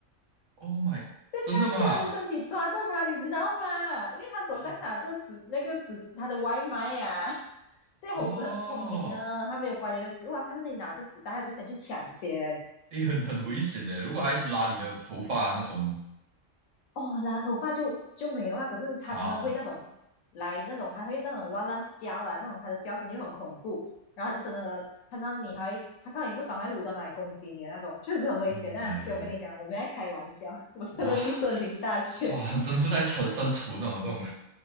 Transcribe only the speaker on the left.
就跳上去他的身体抓着他，
你知道吗？因为他手上拿着纸那个纸他的外卖呀、
啊 <laughs> 这猴子很聪明啊，
他没有关有没有食物啊，看到你拿着纸袋，他就想去抢先。
哦，拉头发就就没有啊，可是它真的会那种来那种，
还会那种乱乱叫啊，那种它的叫声就很恐怖，然后它就真的看到你还会，它看到你不爽还会舞到哪里攻击你的那种，<laughs> 确实很危险啊。
所以我跟你讲，我没在开玩笑，我真的是森林大学，